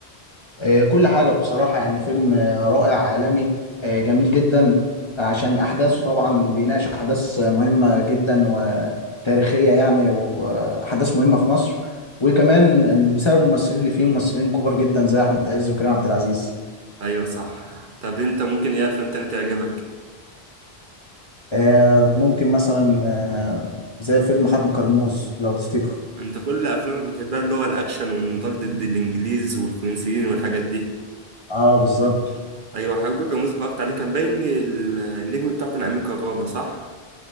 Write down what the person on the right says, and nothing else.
ايوه صح طب انت ممكن ايه افلام تاني تعجبك
انت كل افلامك بتحبها اللي هو الاكشن والنضال ضد الانجليز والفرنسيين والحاجات دي
ايوه حبيبي كان مصطفى اتفرجت عليه كان باين ال- النجم بتاعه كان امين كرارة صح